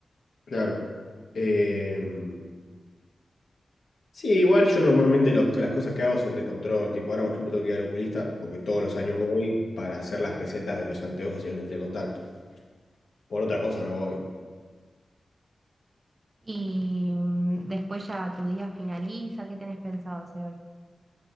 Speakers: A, on the left (about 75°); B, on the right (about 40°).
A: claro. Em, Sí, igual yo normalmente los- las cosas que hago son de control. Tipo, ahora por ejemplo tengo que ir al oculista porque todos los años voy para hacer las recetas de los anteojos y los lentes de contacto. Por otra cosa no voy.
B: Y mm, después ya tu día finaliza, ¿qué tenés pensado hacer hoy?